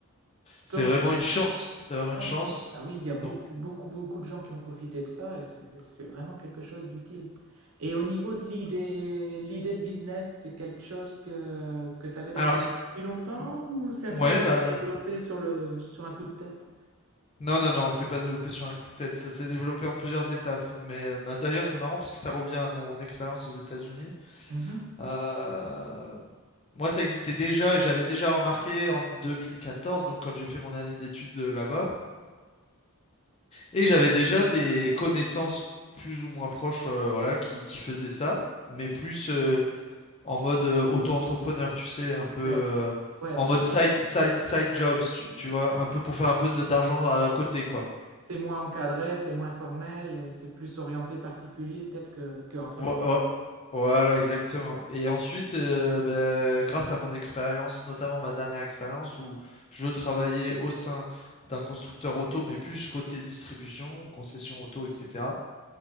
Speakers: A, on the left; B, on the right.
A: c'est
B: Donc,
A: vraiment
B: euh,
A: une chance. C'est vraiment
B: Ouais,
A: une chance.
B: c'est- ah oui, il y a beaucoup,
A: Donc
B: beaucoup, beaucoup de gens qui ont profité de ça et c'est c'est vraiment quelque chose d'utile. Et au niveau de l'idée, l'idée de business, c'est quelque chose que, que tu avais dans
A: alors
B: la tête
A: l'idée-
B: depuis longtemps
A: non.
B: ou c'est un
A: ouais
B: truc que
A: bah
B: tu as développé sur le, sur un coup de tête?
A: non non non c'est pas développé sur un coup de tête. Ça s'est développé en plusieurs étapes. Mais euh, bah, d'ailleurs c'est marrant parce que ça revient à mon expérience aux États-Unis.
B: Mhm.
A: Euh, Moi, ça existait déjà et j'avais déjà remarqué en 2014, donc quand j'ai fait mon année d'études euh, là-bas, et j'avais déjà des connaissances plus ou moins proches, euh, voilà, qui, qui faisaient ça, mais plus euh, en mode euh, auto-entrepreneur, tu sais, un peu euh,
B: Ouais, ouais,
A: en
B: moi,
A: mode
B: c'est
A: side, side, side jobs, tu, tu vois, un peu pour faire un peu de- d'argent à, à côté, quoi.
B: c'est moins encadré, c'est moins formel et c'est plus orienté particulier peut-être que, que entreprise.
A: Vo- vo- Voilà, exactement. Et ensuite, euh, ben, grâce à mon expérience, notamment ma dernière expérience où je travaillais au sein d'un constructeur auto, mais plus côté distribution, concession auto, etc.